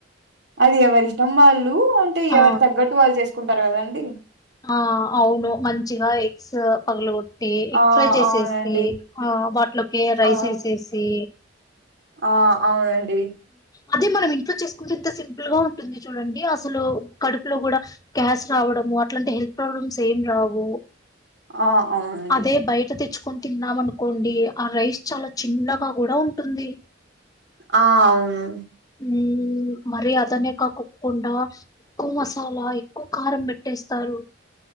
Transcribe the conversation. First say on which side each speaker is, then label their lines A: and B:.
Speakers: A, on the right (about 60°); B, on the left (about 20°).
A: అది ఎవరి ఇష్టం వాళ్ళు అంటే
B: ఆ
A: ఎవరి తగ్గట్టు వాళ్ళు చేసుకో కుంటారు కదండి
B: ఆ అవును మంచిగా ఎగ్స్ పగలు కొ ఎక్
A: ఆ
B: ఫ్రై చేసేసి
A: అవునండి
B: ఆ వాటిలోకి రైస్
A: ఆ
B: వేసేసి
A: ఆ అవునండి
B: అదే మనం ఇంట్లో చేసుకుంటేంత ల్ గా ఉంటుంది చూడండి అసలు కడుపులో కూడా గ్యాస్ రావడము అట్లాంటి హెల్త్ ప్రాబ్లమ్స్ ఏం రావు
A: ఆ అవునండి
B: అదే బయట తెచ్చుకొని తిన్నామ అనుకోండి ఆ రైస్ చాలా చిన్నగా కూడా ఉంటుంది
A: ఆ అవును
B: ఉ మరి అదనే కాకకుండా ఎక్కువ మసాలా ఎక్కువ కారం పెట్టేస్తారు